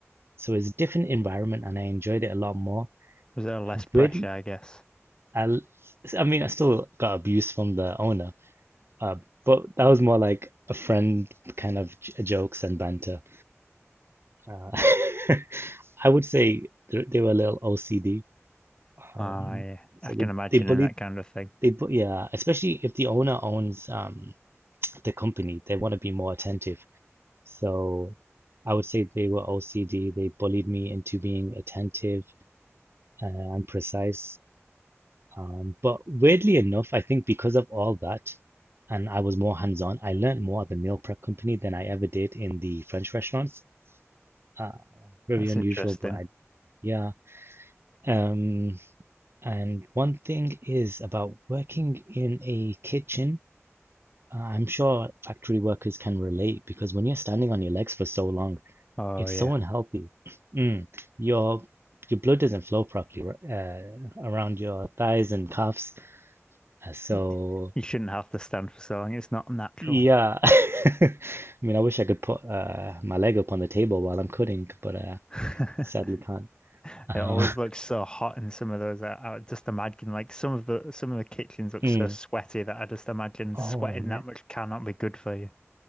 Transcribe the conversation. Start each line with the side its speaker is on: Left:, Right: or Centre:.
Right: So it's a different environment, and I enjoyed it a lot more.
Left: Was there less pressure,
Right: Weirdly,
Left: I guess?
Right: I, I mean, I still got abuse from the owner, uh, but that was more like a friend kind of j jokes and banter. Uh, <laughs> I would say they they were a little OCD, um,
Left: I I
Right: so
Left: can
Right: they
Left: imagine
Right: they bullied
Left: in that kind of thing.
Right: they bu yeah, especially if the owner owns um, the company, they want to be more attentive. So I would say they were OCD. They bullied me into being attentive uh, and precise. Um, but weirdly enough, I think because of all that, and I was more hands-on, I learned more at the meal prep company than I ever did in the French restaurants. Uh, very
Left: That's
Right: unusual,
Left: interesting.
Right: but I, yeah. Um, and one thing is about working in a kitchen. uh, I'm sure factory workers can relate because when you're standing on your legs for so long,
Left: Oh
Right: it's
Left: yeah.
Right: so unhealthy. <clears throat> Mm, your your blood doesn't flow properly ri- uh, around your thighs and calves, Uh, so.
Left: Y- You shouldn't have to stand for so long. It's not natural.
Right: Yeah. <laughs> I mean, I wish I could put uh, my leg up on the table while I'm coding, but uh,
Left: <laughs>
Right: sadly can't. Uh,
Left: It always looks so hot in some of those. I, I just imagine like some of the some of the kitchens
Right: <laughs>
Left: look
Right: mm.
Left: so sweaty that I just imagine
Right: Oh
Left: sweating
Right: man,
Left: that much cannot be good for you.